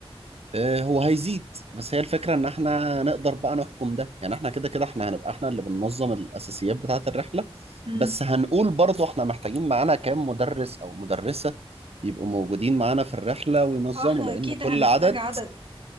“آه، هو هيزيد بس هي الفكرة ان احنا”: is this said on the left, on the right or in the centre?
Right